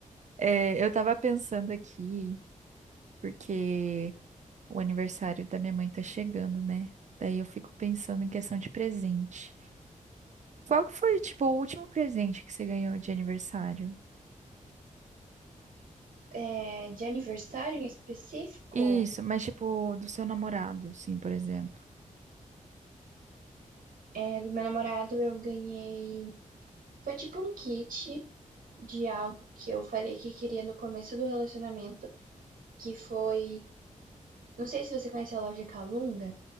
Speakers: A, on the right; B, on the right.
A: É, eu tava pensando aqui, porque o aniversário da minha mãe tá chegando, né? Daí eu fico pensando em questão de presente. Qual que foi, tipo, o último presente que você ganhou de aniversário?
B: é, de aniversário em específico
A: Isso, mas tipo, do seu namorado, sim, por exemplo.
B: é, do meu namorado, eu ganhei. Foi tipo um kit de algo que eu falei que queria no começo do relacionamento, que foi. Não sei se você conhece a loja Calunga.